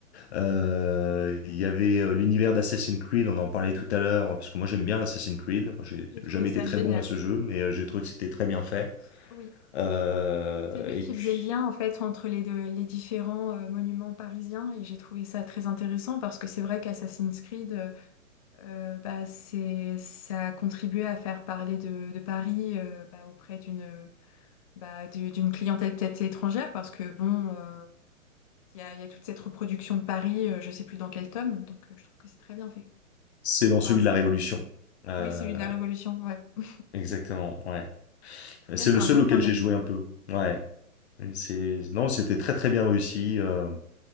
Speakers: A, on the left (about 50°); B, on the left (about 25°).
A: Euh, il y avait euh, l'univers d'Assassin's Creed, on en parlait tout à l'heure, parce que moi j'aime bien Assassin's Creed. J'ai
B: J'ai trouvé
A: jamais
B: ça
A: été très
B: génial.
A: bon à ce jeu, mais euh, j'ai trouvé que c'était très bien fait.
B: Oui,
A: Euh,
B: c'est lui
A: et
B: qui
A: puis,
B: faisait le lien en fait entre les deux- les différents euh, monuments parisiens et j'ai trouvé ça très intéressant parce que c'est vrai qu'Assassin's Creed, euh, euh, bah, c'est, ça a contribué à faire parler de, de Paris euh, bah, auprès d'une euh, bah, du- d'une clientèle peut-être étrangère parce que bon. euh, Il y a, il y a toute cette reproduction de Paris, euh, je sais plus dans quel tome, donc euh, je trouve que c'est très bien fait.
A: c'est dans celui
B: Enfin, c'est-
A: de la Révolution. Euh,
B: oui, celui de la Révolution, ouais. En
A: exactement, ouais.
B: tout cas,
A: C'est
B: c'est
A: le seul
B: un beau
A: auquel
B: clin d'œil.
A: j'ai joué un peu. Ouais. Et C'est, non, c'était très très bien réussi. euh,